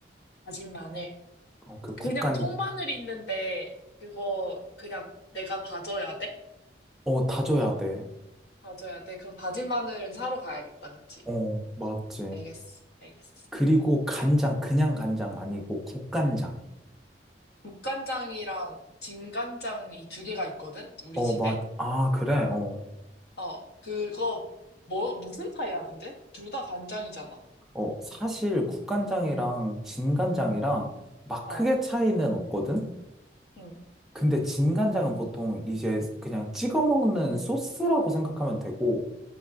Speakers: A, on the left; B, in the centre.
A: 다진 마늘.
B: 어, 그
A: 그냥
B: 국간,
A: 통마늘 있는데 그거 그냥 내가 다져야 돼?
B: 어, 다져야 돼.
A: 다져야 돼? 그럼 다진 마늘은 사러 가야겠다, 그치?
B: 어, 맞지.
A: 알겠어, 알겠어.
B: 그리고 간장, 그냥 간장 아니고 국간장.
A: 국간장이랑 진간장이 두 개가 있거든? 우리
B: 어,
A: 집에?
B: 맞, 아, 그래. 어,
A: 어, 그거 뭐 무슨 차이야, 근데? 둘 다 간장이잖아.
B: 어, 사실 국간장이랑 진간장이랑 막
A: 어,
B: 크게 차이는 없거든?
A: 응,
B: 근데 진간장은 보통 이제 그냥 찍어 먹는 소스라고 생각하면 되고,